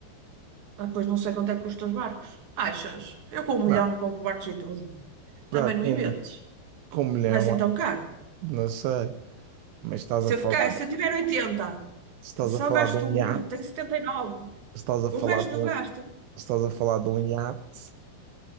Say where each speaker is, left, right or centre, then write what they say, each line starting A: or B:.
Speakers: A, on the right (about 55°); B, on the right (about 80°).
A: Ah, pois não sei quanto é que custam os barcos. Achas? Eu com um
B: Não,
A: milhão não compro barcos e tudo.
B: não,
A: Também não
B: com,
A: inventes.
B: com um milhão,
A: Não é assim
B: acho
A: tão
B: que
A: caro.
B: não sei. Mas estás
A: Se
B: a falar,
A: eu ficar, se eu tiver 80,
B: se estás
A: só
B: a falar
A: gasto
B: de um
A: um,
B: iate,
A: tenho
B: se
A: 79.
B: estás a falar
A: O resto
B: de
A: não
B: um,
A: gasta.
B: se estás a falar de um iate,